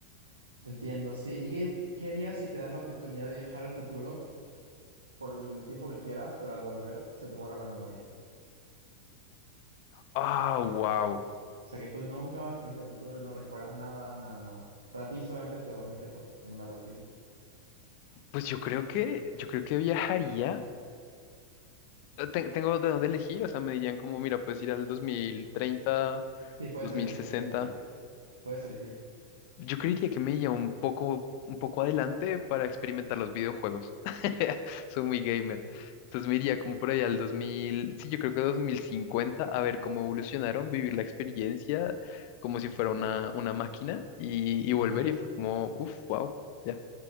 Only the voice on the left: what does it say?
Ah, wow.
Pues yo creo que, yo creo que viajaría. Eh, te- tengo de dónde elegir, o sea, me dirían como, mira, puedes ir al 2030,
2060.
Yo creería que me lleva un poco, un poco adelante para experimentar los videojuegos. <laughs> Soy muy gamer. Entonces me iría como por allá al 2000, sí, yo creo que 2050, a ver cómo evolucionaron, vivir la experiencia como si fuera una, una máquina y, y
volver y fue como, uff, wow, ya.